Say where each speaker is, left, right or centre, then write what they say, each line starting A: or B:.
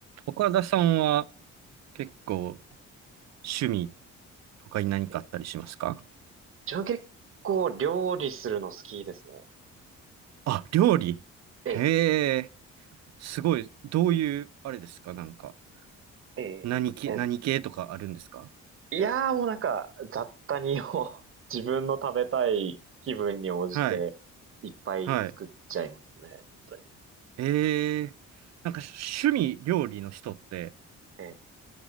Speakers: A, on the right; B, on the right.
A: 岡田さんは結構趣味、他に何かあったりしますか
B: ええ、自分結構料理するの好きですね。
A: あ、料理へえ、
B: ええ、
A: すごい。どういう、あれですかなんか、
B: ええ、
A: 何系、
B: え
A: 何系とかあるんですか
B: いやーもうなんか雑多にを <laughs> 自分の食べたい気分に応じていっぱい作っちゃいますね、
A: はい、はい。
B: 本当に。
A: ええ、なんか趣味、料理の人って、
B: ええ、